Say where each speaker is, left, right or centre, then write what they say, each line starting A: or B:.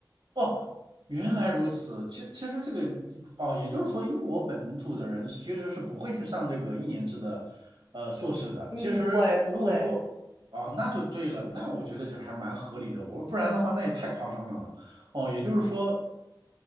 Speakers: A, on the right (about 80°); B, on the right (about 65°).
A: 哦，原来如此。其其实这个哦，也就是说，英国本土的人其实是不会去上这个一年制的呃硕士的。
B: 嗯，
A: 其实如果说啊、
B: 不会不会。
A: 那就对了，那我觉得就还蛮合理的。我说不然的话，那也太夸张了。哦，也就是说。